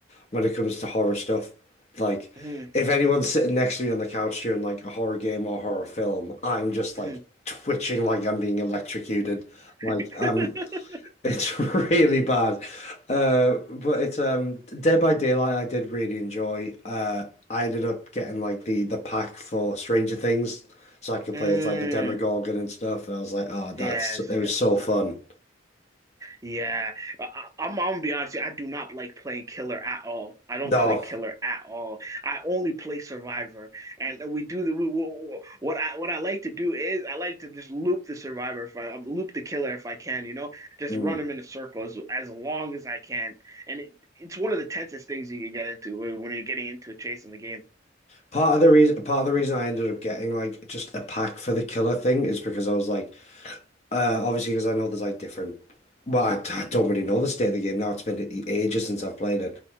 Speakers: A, on the left; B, on the right.
A: when it comes to horror stuff. Like,
B: Mm,
A: if anyone's sitting next to me on the couch during like a horror game or horror film, I'm just like
B: mm.
A: twitching like I'm being electrocuted. Like,
B: <laughs>
A: um, it's <laughs> really bad. Uh, but it's um, Dead by Daylight. I did really enjoy. Uh, I ended up getting like the the pack for Stranger Things, so I could
B: Mm.
A: play as like the Demogorgon and stuff. I was like, oh, that's
B: Yes,
A: it
B: yes.
A: was so fun.
B: Yeah, I, I- am I'm gonna be honest. With you, I do not like playing killer at all. I don't
A: No.
B: play killer at all. I only play survivor, and we do the we, we- what I what I like to do is I like to just loop the survivor if I um, loop the killer if I can. You know, just
A: Mm.
B: run them in a circle as, as long as I can, and it, it's one of the tensest things you can get into when when you're getting into a chase in the game.
A: Part of the reason, part of the reason I ended up getting like just a pack for the killer thing is because I was like, uh, obviously because I know there's like different. Well, I, I don't really know the state of the game now. It's been a- ages since I've played it,